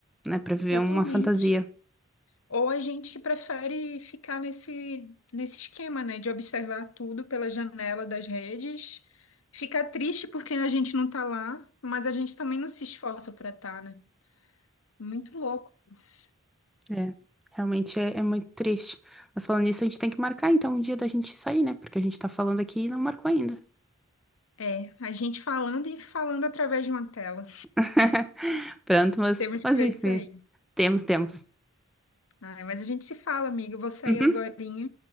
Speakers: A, in the centre; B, on the left.
A: né, para viver
B: Totalmente.
A: uma fantasia.
B: Ou a gente prefere ficar nesse, nesse esquema, né, de observar tudo pela janela das redes, ficar triste porque a gente não tá lá, mas a gente também não se esforça para estar, tá, né? Muito louco isso.
A: É, é, realmente é, é muito triste. Mas falando nisso, a gente tem que marcar então um dia da gente sair, né? Porque a gente tá falando aqui e não marcou ainda.
B: É, a gente falando e falando através de uma tela.
A: <laughs> Pronto, mas,
B: Temos
A: mas
B: que ver
A: enfim.
B: isso aí.
A: Temos, temos.
B: Ai, mas a gente se fala, amiga. Eu vou sair
A: Uhum,
B: agorinha